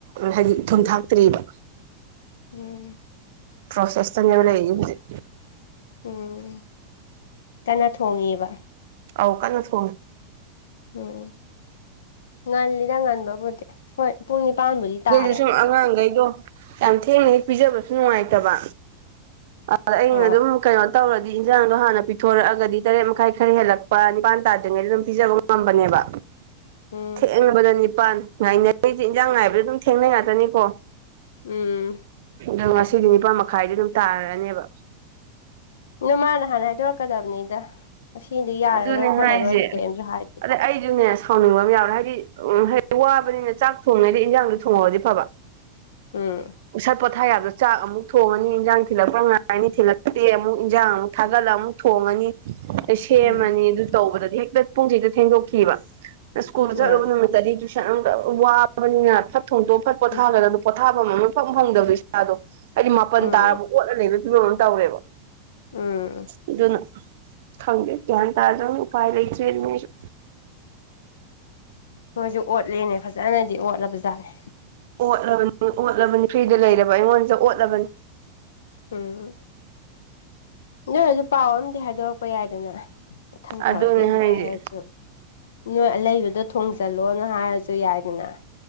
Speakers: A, on the right (about 55°); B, on the left (about 60°).
A: ꯍꯥꯏꯗꯤ ꯊꯨꯝ ꯊꯥꯛꯇ꯭ꯔꯤꯕ
B: ꯎꯝ
A: ꯭ꯄꯔꯣꯁꯦꯁꯇ ꯅꯦꯕ ꯂꯩꯔꯥꯁꯦ ꯍꯧꯖꯤꯛ
B: ꯎꯝ ꯀꯟꯅ ꯊꯣꯡꯉꯦꯕ
A: ꯑꯧ ꯀꯟꯅ ꯊꯣꯡꯉꯤ
B: ꯎꯝ ꯉꯜꯂꯤꯗ ꯉꯟꯕꯕꯨꯗꯤ ꯍꯣꯏ ꯄꯨꯡ ꯅꯤꯄꯥꯟꯕꯨꯗꯤ ꯇꯥꯔꯦ
A: ꯑꯗꯨꯗꯩꯁꯨ ꯁꯨꯝ ꯑꯉꯥꯡꯈꯩꯗꯣ ꯌꯥꯝ ꯊꯦꯡꯅ ꯍꯦꯛ ꯄꯤꯖꯕꯁꯨ ꯅꯨꯡꯉꯥꯏꯇꯕ ꯑꯥꯗ ꯑꯩꯅ
B: ꯍꯣꯏ
A: ꯑꯗꯨꯝ ꯀꯩꯅꯣ ꯇꯧꯔꯗꯤ ꯏꯟꯖꯥꯡꯗꯣ ꯍꯥꯟꯅ ꯄꯤꯊꯣꯔꯛꯑꯗꯤ ꯇꯔꯦꯠ ꯃꯈꯥꯏ ꯈꯔ ꯍꯦꯜꯂꯛꯄ ꯅꯤꯄꯥꯟ ꯇꯥꯗ꯭ꯔꯤꯉꯩꯗ ꯑꯗꯨꯝ ꯄꯤꯖꯕ ꯉꯝꯕꯅꯦꯕ
B: ꯎꯝ
A: ꯊꯦꯡꯅꯕꯗ ꯅꯤꯞ ꯄꯥꯟ ꯉꯥꯏꯅꯕꯩꯗꯤ ꯏꯟꯖꯥꯡ ꯉꯥꯏꯕꯗ ꯑꯗꯨꯝ ꯊꯦꯡꯅ ꯉꯥꯛꯇꯅꯤꯀꯣ
B: ꯎꯝ
A: ꯑꯗꯣ ꯉꯁꯤꯗꯤ ꯅꯤꯄꯥꯥꯟ ꯃꯈꯥꯏꯗꯤ ꯑꯗꯨꯝ ꯇꯥꯔꯅꯦꯕ
B: ꯑꯗꯨ ꯃꯥꯅ ꯍꯥꯟꯅ ꯍꯥꯏꯗꯣꯔꯛꯀꯥꯗꯕꯅꯤꯗ ꯉꯁꯤꯗꯤ ꯌꯥꯔꯔꯣꯏ
A: ꯑꯗꯨꯅꯦ ꯍꯥꯏꯁꯦ
B: ꯈꯣꯠꯂꯔꯣꯏꯁꯨ ꯀꯤꯝꯁꯨ ꯍꯥꯏꯗꯦ
A: ꯑꯗꯩ ꯑꯩꯁꯨꯅꯦ ꯁꯥꯎꯅꯤꯡꯕ ꯑꯃꯥ ꯌꯥꯎꯔꯦ ꯍꯥꯏꯗꯤ ꯋꯥꯕꯅꯤꯅ ꯆꯥꯛ ꯊꯣꯡꯉꯤꯉꯩꯗ ꯏꯟꯖꯥꯡꯗꯣ ꯊꯣꯡꯍꯧꯔꯗꯤ ꯐꯥꯕ
B: ꯎꯝ
A: ꯏꯁꯥ ꯄꯣꯊꯥ ꯌꯥꯕꯗꯣ ꯆꯥꯛ ꯑꯃꯨꯛ ꯊꯣꯡꯉꯅꯤ ꯏꯟꯖꯥꯡ ꯊꯤꯜꯂꯛꯄ ꯉꯥꯏꯔꯅꯤ ꯊꯤꯜꯂꯛꯇꯦ ꯑꯃꯨꯛ ꯏꯟꯖꯥꯡ ꯑꯃꯨꯛ ꯊꯥꯒꯠꯂꯒ ꯑꯃꯨꯛ ꯊꯣꯡꯉꯅꯤ ꯁꯦꯝꯃꯅꯤ
B: ꯎꯝ
A: ꯑꯗꯨ ꯇꯧꯕꯗꯗꯤ ꯍꯦꯛꯇ ꯄꯨꯡꯁꯤ ꯍꯦꯛꯇ ꯊꯦꯡꯗꯣꯛꯈꯤꯕ ꯁ꯭ꯀꯨꯜ
B: ꯃꯥꯅꯦ
A: ꯆꯠꯂꯨꯕ ꯅꯨꯃꯤꯠꯇꯗꯤ ꯇꯨꯏꯁꯟ ꯑꯃꯨꯛ ꯇꯧ ꯋꯥꯕꯅꯤꯅ ꯐꯠ ꯊꯣꯡꯇꯣꯛ ꯐꯠ ꯄꯣꯊꯥꯒꯗꯕ
B: ꯎꯝ
A: ꯄꯣꯊꯥꯕꯝ ꯑꯃꯥ ꯏꯐꯪ ꯐꯪꯗꯕꯗꯨ ꯏꯁꯥꯗꯣ ꯍꯥꯏꯗꯤ ꯃꯥꯄꯜ
B: ꯎꯝ
A: ꯇꯥꯔꯕ ꯑꯣꯠꯂ ꯂꯩꯕ ꯐꯤꯕꯝ ꯑꯃ ꯇꯧꯔꯦꯕ
B: ꯎꯝ
A: ꯑꯗꯨꯅ ꯈꯪꯗꯦ ꯒ꯭ꯌꯥꯟ ꯇꯥꯗꯔ꯭ꯝꯅꯤꯅ ꯎꯄꯥꯏ ꯂꯩꯇ꯭ꯔꯦ ꯃꯤꯁꯨ
B: ꯃꯣꯏꯁꯨ ꯑꯣꯠꯂꯦꯅꯦ ꯐꯥꯖꯅꯗꯤ ꯑꯣꯠꯂꯕ ꯖꯥꯠꯅꯦ
A: ꯑꯣꯠꯂꯕꯅꯤ ꯑꯣꯠꯂꯕꯅꯤ ꯐ꯭ꯔꯤꯗ ꯂꯩꯔꯕ ꯑꯩꯉꯣꯟꯁꯤꯗ ꯑꯣꯠꯂꯕꯅꯤ
B: ꯎꯝ ꯅꯣꯏ ꯑꯗꯨ ꯄꯥꯎ ꯑꯝꯗꯤ ꯍꯥꯏꯗꯣꯔꯛꯄ ꯌꯥꯏꯗꯅ ꯃꯊꯪ
A: ꯑꯗꯨꯅꯦ
B: ꯇꯧꯔꯒꯦꯕꯨ
A: ꯍꯥꯏꯁꯦ
B: ꯍꯥꯏꯔꯁꯨ ꯅꯣꯏ ꯑꯂꯩꯩꯗꯨꯗ ꯊꯣꯡꯖꯜꯂꯣꯅ ꯍꯥꯏꯔꯁꯨ ꯌꯥꯏꯗꯅ